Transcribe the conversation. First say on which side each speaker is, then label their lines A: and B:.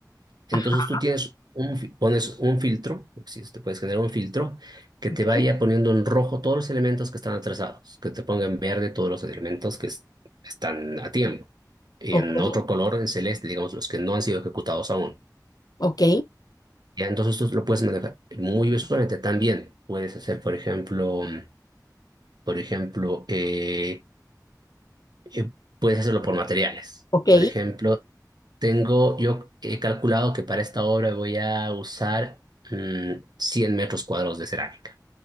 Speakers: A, on the right; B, on the left.
A: Entonces
B: ajá,
A: tú tienes un, fi- pones un filtro, si puedes generar un filtro, que te
B: ok,
A: vaya poniendo en rojo todos los elementos que están atrasados, que te ponga en verde todos los elementos que es- están a tiempo, y
B: ok,
A: en otro color, en celeste, digamos, los que no han sido ejecutados aún.
B: ok,
A: Ya, entonces tú lo puedes manejar muy visualmente. También puedes hacer, por ejemplo, mm, por ejemplo, eh, eh, puedes hacerlo por materiales.
B: ok,
A: Por ejemplo, tengo, yo he calculado que para esta obra voy a usar mm, 100 metros cuadrados de cerámica,